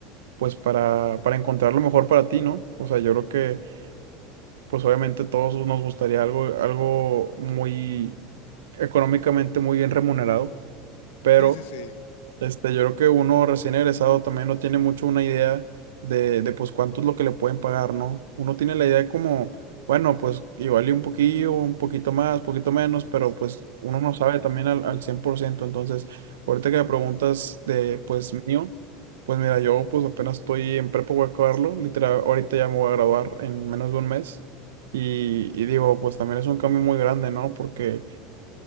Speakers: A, on the right; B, on the left.
A: pues, para, para encontrar lo mejor para ti, ¿no? O sea, yo creo que, pues, obviamente todos nos gustaría algo, algo muy económicamente muy bien remunerado, pero
B: Sí, sí, sí.
A: Este, yo creo que uno recién egresado también no tiene mucho una idea de, de pues cuánto es lo que le pueden pagar, ¿no? Uno tiene la idea de como, bueno, pues igual y un poquillo, un poquito más, poquito menos, pero pues uno no sabe también al, al cien por ciento Entonces, ahorita que me preguntas de pues mío, pues mira, yo pues apenas estoy en prepa, voy a acabarlo, literal, ahorita ya me voy a graduar en menos de un mes. Y, y digo, pues también es un cambio muy grande, ¿no? Porque